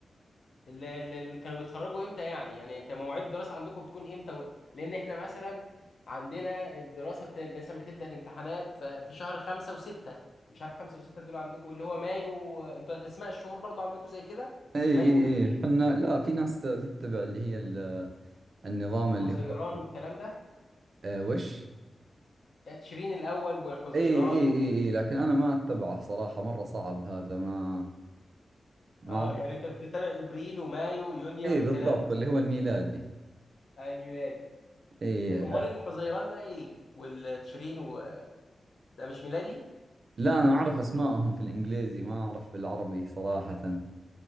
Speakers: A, on the left (about 70°); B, on the right (about 60°).
A: اللي, اللي اللي كانوا بيتخرجوا امتى يعني يعني انت مواعيد الدراسة عندكم بتكون امتى و... لان احنا مثلا عندنا الدراسة بت... مثلا بتبدأ الامتحانات ف... في شهر خمسة وستة مش عارف خمسة وستة دول عندكم اللي هو مايو انتوا الاسماء الشهور برضو عندكم زي كده
B: ايه ايه
A: مايو وابريل
B: ايه احنا لا في ناس تتبع اللي هي ال... النظام اللي
A: وحزيران
B: هو
A: والكلام ده
B: إيه وش
A: تشرين الاول وحزيران
B: ايه ايه ايه ايه لكن انا ما اتبعه صراحة مرة صعب هذا ما ما
A: اه
B: عرفت
A: يعني انت بتتابع ابريل ومايو ويونيو
B: ايه
A: والكلام
B: بالضبط
A: ده
B: اللي هو الميلادي
A: آه الميلاد
B: ايه
A: امال الحزيران ده ايه والتشرين و... ده مش ميلادي
B: لا انا اعرف اسمائهم في الانجليزي ما اعرف في العربي صراحة